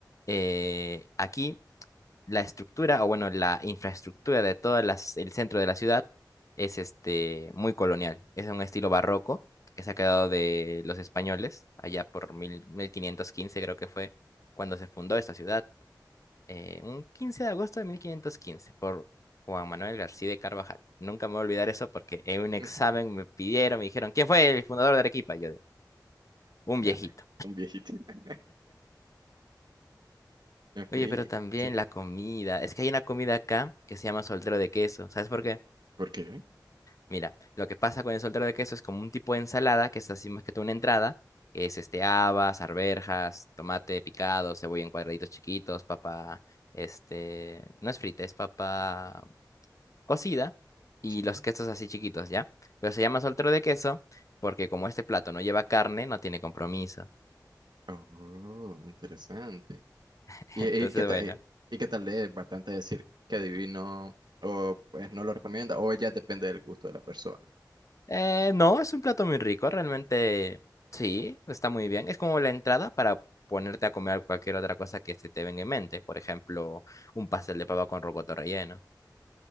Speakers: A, on the left; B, on the right.
A: eh, aquí. la estructura, o bueno, la infraestructura de todo el centro de la ciudad es este, muy colonial. Es un estilo barroco que se ha quedado de los españoles, allá por mil, 1515 creo que fue cuando se fundó esta ciudad, eh, un 15 de agosto de 1515, por Juan Manuel García de Carvajal. Nunca me voy a olvidar eso porque en un examen
B: Ujú.
A: me pidieron, me dijeron, ¿quién fue el fundador de Arequipa? Y yo de, un
B: Ya,
A: viejito.
B: un viejito. <laughs> Ok,
A: Oye, pero también
B: sí.
A: la comida. Es que hay una comida acá que se llama soltero de queso. ¿Sabes por qué?
B: ¿Por qué?
A: Mira, lo que pasa con el soltero de queso es como un tipo de ensalada, que es así más que todo una entrada, que es este habas, arvejas, tomate picado, cebolla en cuadraditos chiquitos, papa, este, no es frita, es papa cocida y
B: Sí.
A: los quesos así chiquitos, ¿ya? Pero se llama soltero de queso porque como este plato no lleva carne, no tiene compromiso.
B: Oh, interesante.
A: <laughs>
B: Y,
A: Entonces,
B: y que te,
A: bueno.
B: y que tal vez bastante decir que divino o pues no lo recomienda o ya depende del gusto de la persona.
A: Eh, no, es un plato muy rico, realmente sí, está muy bien. Es como la entrada para ponerte a comer cualquier otra cosa que se te venga en mente. Por ejemplo, un pastel de papa con rocoto relleno.